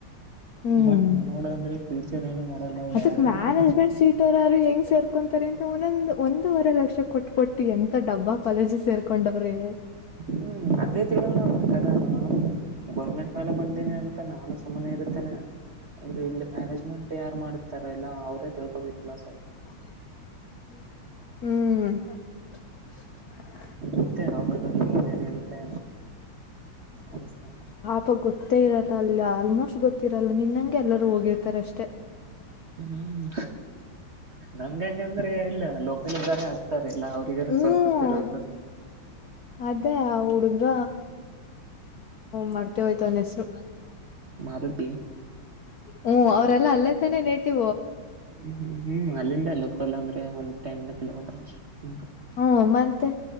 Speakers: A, on the left; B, on the right.
A: ಹ್ಮ್
B: ಮತ್ತ ನೋಡಂದ್ರೆ ಫ್ಯೂಚರ್ ಏನು ನೋಡಲ್ಲ
A: ಅದಕ್
B: ಡೈರೆಕ್ಟ್
A: ಮ್ಯಾನೇಜ್ಮೆಂಟ್ ಸೀಟ್ ಇರು ಹೆಂಗ್ ಸೇರ್ಕೊಂತಾರೆ ಅಂತ ಒಂದೊಂದ ಒಂದೂವರೆ ಲಕ್ಷ ಕೊಟ್ಟ ಕೊಟ್ಟು ಎಂತ ಡಬ್ಬಾ ಕಾಲೇಜ್ ಗೆ ಸೇರ್ಕೊಂಡವ್ರೇ
B: ಹ್ಮ್ ಅದೇ ತಿಳಣ ನೋಡ್ತಾರ ನಾವು ಗೋರ್ಮೆಂಟ್ ಮೇಲೆ ಬಂದೀನಿ ಅಂತ ನಾನು ಸುಮ್ಮನೆ ಇರ್ತೇನೆ ಆದರೆ ಇಲ್ಲಿ ಮ್ಯಾನೇಜ್ಮೆಂಟ್ ಯಾರು ಮಾಡಿತಾರ ಇಲ್ಲ ಅವ್ರೇ ತಿಳ್ಕೊಬೇಕು ಫಸ್ಟ್
A: ಹ್ಮ್
B: ಇರುತ್ತೆ ಹದ್ರಲ್ಲಿ ಏನೇನ ಇರುತ್ತೆ ಅನಸ ಮೆ
A: ಅಪ್ಪ ಗೊತ್ತೇ ಇರಲ್ಲ ಅಲ್ಲಿ ಆಲ್ಮೋಸ್ಟ್ ಗೊತ್ತಿರಲ್ಲ ನಿನ್ನಂಗೆ ಎಲ್ಲರೂ ಹೋಗಿರ್ತಾರ ಅಷ್ಟೇ
B: ಹ್ಮ್ ನಂಗಂಗಂದ್ರೆ ಅಲ್ಲ ಲೋಕಲ್ ಇದ್ದಾರೆ ಹಕ್ತಾರಲ್ಲ ಅವರು. ಹಗಾರ
A: ಹ್ಮ್
B: ಸ್ವಲ್ಪ ಗೊತ್ತಿರ್ಬೇಕು.
A: ಅದೇ ಆ ಹುಡ್ಗ ಮರ್ತೆ ಹೋಯಿತು ಅವನ್ ಹೆಸರು.
B: ಮಾರುತಿ
A: ಹ್ಮ ಅವರೆಲ್ಲ ಅಲ್ಲೇ ತಾನೇ ನೇಟಿವ್.
B: ಹ್ಮ್ ಹ್ಮ್ ಅಲ್ಲಿಂದ ಲಕಲ್ ಅಂದ್ರೆ ಒಂದ ಟೆನ್ ಕಿಲೋಮೀಟರ್ ಅಷ್ಟ ಹ
A: ಹೂ ಮತ್ತೆ